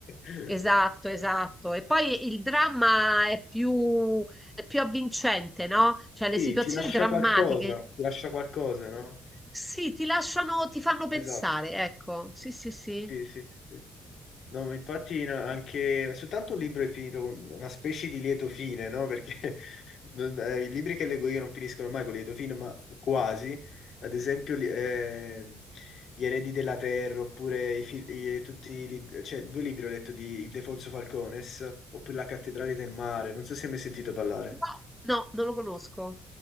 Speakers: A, on the left; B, in the centre.
A: <laughs>
B: Esatto, esatto. E poi il dramma è più, è più avvincente, no? Cioè le
A: Sì,
B: situazioni
A: ti lascia
B: drammatiche,
A: qualcosa, ti lascia qualcosa, no?
B: sì, ti lasciano, ti fanno pensare,
A: Esatto,
B: ecco. Sì, sì, sì.
A: sì, sì, sì. No, ma infatti no, anche soltanto un libro è finito con una specie di lieto fine, no? Perché Non- eh, I libri che leggo io non finiscono mai con lieto fine, ma quasi. Ad esempio, li- eh, Gli eredi della terra, oppure i fil- i- tutti i lib- cioè, due libri ho letto di Ildefonso Falcones, oppure La cattedrale del mare. Non so se hai mai sentito parlare.
B: No, no, non lo conosco.